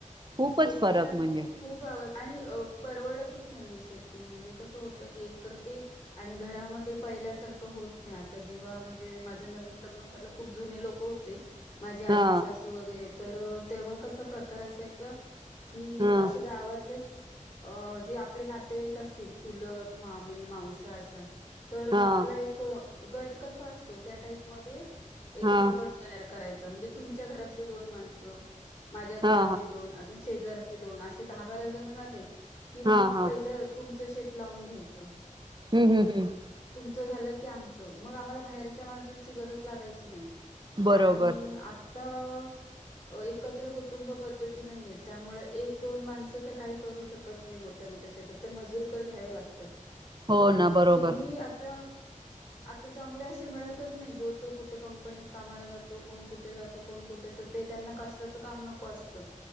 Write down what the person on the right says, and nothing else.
खूपच
फरक म्हणजे
हा
हा
हा
हा
हा हा
हा हा
हम्म हम्म हम्म
बरोबर
हो
ना बरोबर